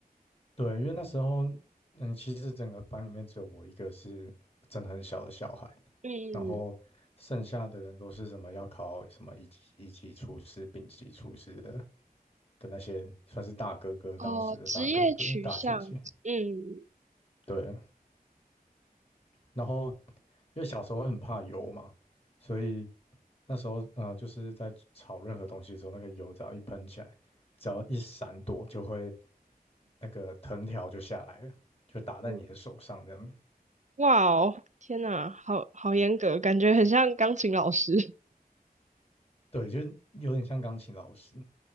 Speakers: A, on the left (about 40°); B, on the right (about 50°).
A: 对，因为那时候，嗯，其实整个班里面只有我一个是真的很小的小孩，
B: 嗯，
A: 然后剩下的人都是什么要考什么一级一级厨师、丙级厨师的的那些，算是大哥哥，
B: 哦，
A: 当时的大哥哥、
B: 职业取向，
A: 大姐姐。
B: 嗯
A: 对，然后因为小时候会很怕油嘛，所以那时候嗯，就是在炒任何东西的时候，那个油只要一喷起来，只要一闪躲就会那个藤条就下来了，就打在你的手上这样。
B: 嗯，哇哦，天呐，好好严格，感觉很像钢琴老师，
A: 对，就是有点像钢琴老师。